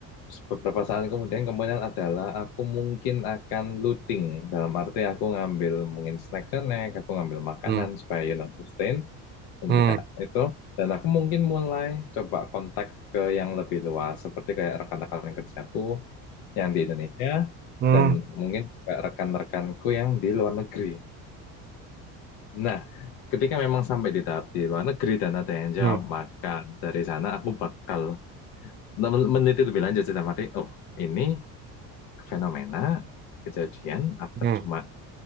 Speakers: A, on the left; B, on the right.
A: beberapa saat kemudian kemungkinan adalah aku mungkin akan looting dalam arti aku ngambil mungkin snack snack aku ngambil makanan
B: hmm,
A: supaya you know, sustain dan
B: hmm,
A: juga itu dan aku mungkin mulai coba kontak ke yang lebih luas seperti kayak rekan-rekan kerjaku yang di Indonesia
B: hmm,
A: dan
B: hmm,
A: mungkin kayak rekan-rekanku yang di luar negeri. Nah, ketika memang sampai di tahap di luar negeri dan ada yang jawab,
B: hmm,
A: maka dari sana aku bakal men- meneliti lebih lanjut sih sama dia. Oh, ini fenomena kejadian apa
B: hmm, hmm,
A: cuma
B: hmm,